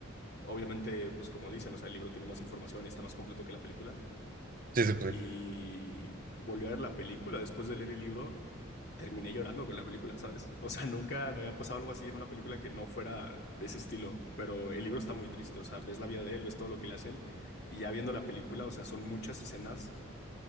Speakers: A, on the left; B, on the right.
A: Obviamente, pues como dicen, o sea, el libro tiene más información y está más completo que la película.
B: sí, sí, pues
A: y
B: sí.
A: volví a ver la película después de leer el libro, terminé llorando con la película, ¿sabes? O sea, <laughs> nunca me había pasado algo así en una película que no fuera de ese estilo, pero el libro está muy triste, o sea, ves la vida de él, ves todo lo que le hacen y ya viendo la película, o sea, son muchas escenas